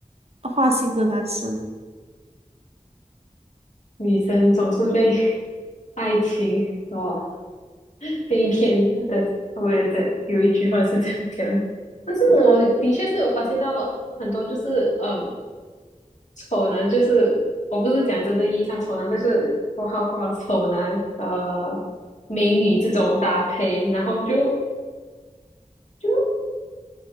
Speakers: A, on the right; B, on the left.
A: 花心的男生？
B: 女生总是被 <laughs> 爱情所被骗的，我也在有一句话是这样讲。但是我的确是有发现到很多，就是嗯，丑男就是我不是讲真正意义上丑男，就是括号括号丑男，呃，美女这种搭配，然后就就